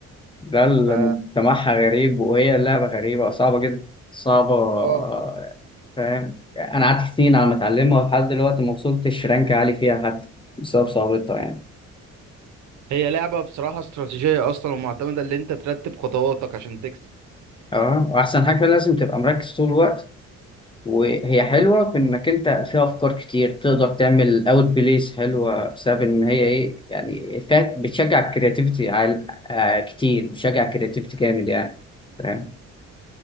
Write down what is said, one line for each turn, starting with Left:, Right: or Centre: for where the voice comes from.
Left: ده اللي
Right: ف
Left: مجتمعها غريب وهي اللعبه غريبه صعبه جدا صعبه آه،
Right: اه
Left: فاهم يعني انا قعدت سنين على ما اتعلمها ولحد دلوقتي ما وصلتش رانك عالي فيها حتى بسبب صعوبتها يعني
Right: هي لعبه بصراحه استراتيجيه اصلا ومعتمده ان انت ترتب خطواتك عشان تكسب
Left: اه واحسن حاجه لازم تبقى مركز طول الوقت وهي حلوة في إنك أنت فيها أفكار كتير تقدر تعمل أوت بليز حلوة بسبب إن هي إيه يعني فيها بتشجع الكرياتيفيتي عال- آه، كتير بتشجع الكرياتيفيتي جامد يعني فاهم